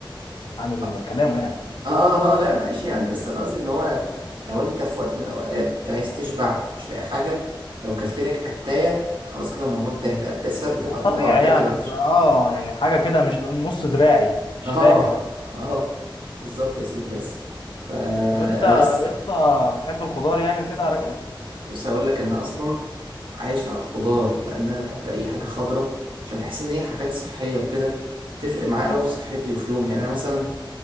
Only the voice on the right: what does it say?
اه
اه, آه آه، لا ماشي يعني بس انا قصدي ان هو لو انت في وقت من الاوقات عايز تشبع مش لاقي حاجه لو كلت لك قتايه خلاص كده الموضوع انتهى القتايه اصلا بتبقى
طولها 3
متر
<laughs>
اه
اه بالظبط يا سيدي بس فانا
بس
كنت لسه هقول لك انا اصلا عايش على الخضار لان انا بحب اي حاجه خضراء عشان بحس ان هي حاجات صحيه وكده تفرق معايا قوي في صحتي وفي يومي يعني انا مثلا